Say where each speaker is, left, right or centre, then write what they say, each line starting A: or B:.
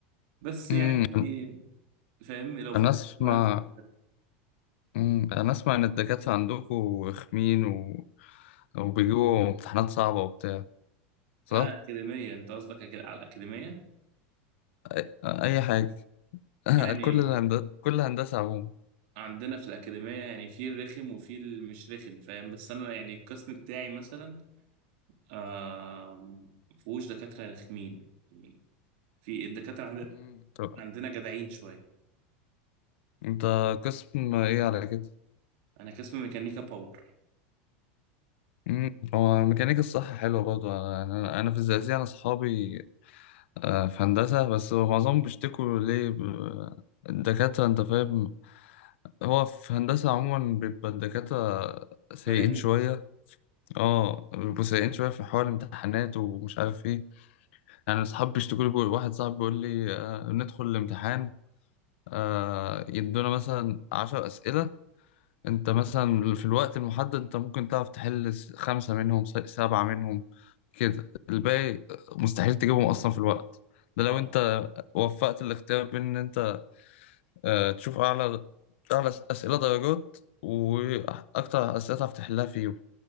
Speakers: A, on the right; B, on the left.
A: بس يعني
B: مم.
A: فاهم لو فتحت
B: أنا أسمع
A: دماغك
B: مم. أنا أسمع إن الدكاترة عندكوا رخمين و... وبيجيبوا امتحانات صعبة وبتاع صح؟
A: انا اكاديمية انت قصدك أكا- على الاكاديمية
B: أي, أي حاجة <laughs>
A: يعني
B: كل الهندسة كل هندسة عموما
A: عندنا في الاكاديمية يعني في الرخم وفي المش رخم فاهم بس انا يعني القسم بتاعي مثلا آم، مفهوش دكاترة رخمين يعني في الدكاترة عندنا
B: مم. طب
A: عندنا جدعين شوية
B: أنت قسم إيه على كده؟
A: أنا قسم ميكانيكا باور
B: مم. هو الميكانيكا الصح حلوة برضه أنا, أنا في الزقازيق أنا أصحابي آه، في هندسة بس هو معظمهم بيشتكوا ليه ب- الدكاترة أنت فاهم هو في هندسة عموما بيبقى الدكاترة سيئين
A: مجانين
B: شوية اه بيبقوا سيئين شوية في حوار الامتحانات ومش عارف ايه يعني أصحابي بيشتكوا لي بيقول- واحد صاحبي بيقول لي آه، ندخل الامتحان آه، يدونا مثلا عشر أسئلة أنت مثلا في الوقت المحدد أنت ممكن تعرف تحل س- خمسة منهم س- سبعة منهم كده الباقي مستحيل تجيبهم أصلا في الوقت ده لو
A: اه
B: أنت وفقت الاختيار بين ان انت آه، تشوف أعلى أعلى أسئلة درجات وأكتر أسئلة تعرف تحلها فيهم